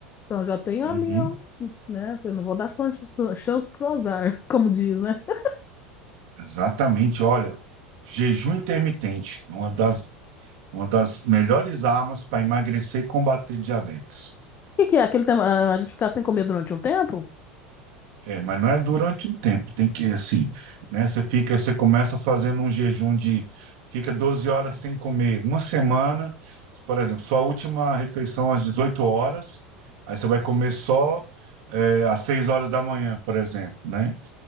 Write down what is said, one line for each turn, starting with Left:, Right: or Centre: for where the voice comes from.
Left: Então já tenho
Right: Uhum.
Left: ali, um, né? Eu não vou dar chance, chance pro azar, <laughs> como diz, né? O
Right: Exatamente, olha, jejum intermitente, é uma das, uma das melhores armas para emagrecer e combater diabetes.
Left: que que é aquele tema? Ah, A gente ficar sem comer durante um tempo?
Right: É, mas não é durante um tempo, tem que assim, né? Você fica, você começa fazendo um jejum de fica 12 horas sem comer, uma semana, por exemplo, sua última refeição às 18 horas, aí você vai comer só é, às 6 horas da manhã, por exemplo, né?